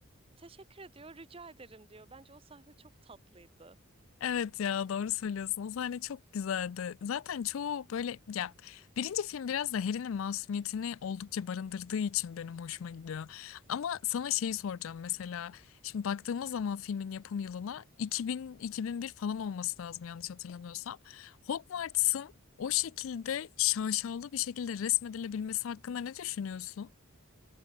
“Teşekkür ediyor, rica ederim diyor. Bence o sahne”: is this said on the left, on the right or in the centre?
Right